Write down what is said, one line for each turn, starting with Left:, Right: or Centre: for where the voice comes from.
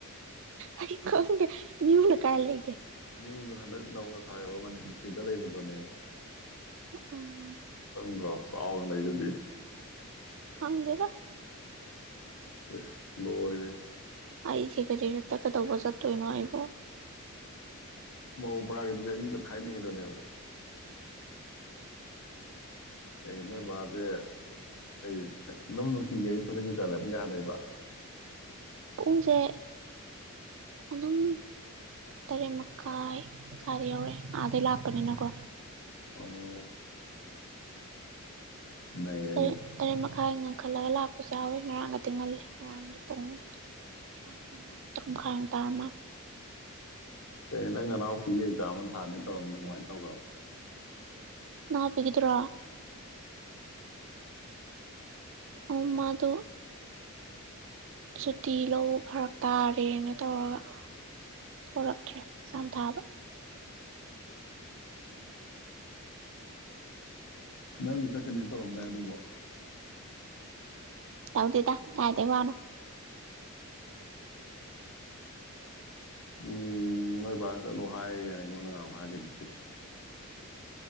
Right: ꯑꯩꯀꯦ ꯅꯌꯅ ꯀꯂꯒ
Left: ꯅ꯭ꯌꯨꯗꯨꯅ ꯍꯟꯗꯛ ꯅꯧꯅ ꯁꯥꯕ ꯃꯅꯤ ꯄꯨꯈ꯭ꯔꯤꯗ ꯂꯩꯕꯗꯨꯅꯦ
Right: ꯎꯝ
Left: ꯈꯪꯗ꯭ꯔꯣ ꯆꯥꯎꯅ ꯂꯩꯗꯨꯗꯤ
Right: ꯈꯪꯗꯦꯗ
Left: ꯑꯁ ꯃꯜꯅꯦ
Right: ꯑꯩꯁꯦꯀꯖꯔꯦ ꯇꯀꯗꯕꯖꯥ ꯇꯣꯏꯅꯣ ꯑꯕꯣ
Left: ꯕꯕꯎ ꯄꯔꯥꯒꯤꯗꯨꯗꯤ ꯑꯔꯤꯕ ꯊꯥꯏꯅꯒꯤꯗꯨꯅꯦꯕ ꯑꯩ ꯅꯣꯏꯕꯥꯁꯦ ꯑꯩ ꯑꯗꯨꯝ ꯅꯨꯡꯇꯤꯒꯤ ꯑꯌꯨꯛ ꯈꯨꯗꯤꯡꯒꯤ ꯆꯠꯂꯕ ꯀꯍꯥꯟ ꯂꯩꯕ
Right: ꯄꯨꯡꯁꯦ ꯑꯗꯨꯝ ꯇꯔꯦꯠ ꯃꯈꯥꯏ ꯁꯥꯗ ꯌꯧꯔꯛꯑꯦ ꯑꯥꯗꯩ ꯂꯥꯛꯄꯅꯤꯅꯀꯣ
Left: ꯑꯣ ꯅꯩꯔꯦꯅꯦ
Right: ꯇ ꯇꯔ ꯃꯈ ꯥꯏ ꯉꯟꯈꯠꯂꯒ ꯂꯥꯛꯄꯁꯨ ꯌꯥꯎꯋꯤ ꯉꯔꯥꯡꯒꯗꯤ ꯉꯜꯜꯂꯤꯦ ꯉꯔꯥꯡꯗꯤ ꯄꯨꯡ ꯀꯌꯥ ꯃꯥꯂ ꯇꯔꯨ ꯃꯈ ꯃꯈꯥꯏ ꯇꯥꯔ ꯃꯥꯜꯂꯦ
Left: ꯀꯔꯤ ꯅꯪ ꯉꯅꯥꯎꯄꯤꯒꯤ ꯑꯦꯛꯖꯥꯝ ꯑꯃ ꯊꯥꯅꯤ ꯇꯧꯔꯝꯕꯅꯣ ꯀꯃꯥꯏꯅ ꯇꯧꯕꯈ꯭ꯔꯣ
Right: ꯅꯅꯥꯎꯕꯤꯒꯗ꯭ꯔꯣ ꯑꯣ ꯃꯥꯗ ꯁꯨꯇꯤ ꯂ ꯐꯔꯛ ꯇꯥꯔꯦꯅ ꯇꯧꯔꯒ ꯊꯣꯛꯂꯛꯇ꯭ꯔꯦ ꯆꯥꯝꯊꯥꯕ
Left: ꯅꯪ ꯆꯠꯀꯅꯤꯅ ꯇꯧꯔꯝꯗꯥꯏ ꯑꯗꯨꯕꯨ
Right: ꯇꯧꯗꯦꯗ ꯀꯥꯏꯗ ꯋꯥꯅ
Left: ꯎꯝ ꯅꯣꯏ ꯕꯥ ꯆꯠꯂꯨ ꯍꯥꯏꯔꯤꯒꯅꯦ ꯑꯩꯉꯣꯟꯅ ꯉꯃꯨꯛ ꯍꯥꯏꯔꯒꯦ ꯑꯗꯨꯗꯤ